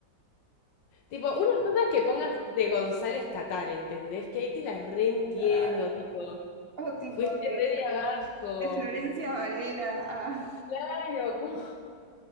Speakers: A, on the left (about 85°); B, on the right (about 40°).
A: Tipo, una cosa es que pongas de González Catán, ¿entendés? Que ahí te la reentiendo,
B: <sighs>
A: tipo.
B: o tipo
A: Fuiste
B: de,
A: re de abajo.
B: de Florencia Varela a-
A: Claro, como